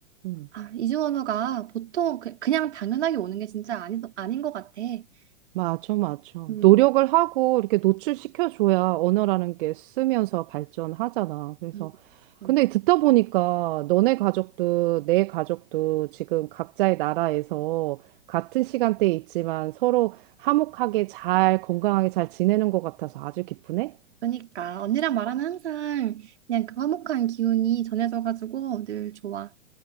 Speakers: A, on the right; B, on the right.
A: 음,
B: 아, 이중 언어가 보통 그, 그냥 당연하게 오는 게 진짜 아니, 아닌 것 같아. 이게,
A: 맞아, 맞아.
B: 음,
A: 노력을 하고 이렇게 노출시켜줘야 언어라는 게 쓰면서 발전하잖아. 그래서,
B: 음, 음.
A: 근데 듣다 보니까 너네 가족도 내 가족도 지금 각자의 나라에서 같은 시간대에 있지만 서로 화목하게 잘, 건강하게 잘 지내는 것 같아서 아주 기쁘네?
B: 그러니까 언니랑 말하면 항상 그냥 그 화목한 기운이 전해져가지고 늘 좋아.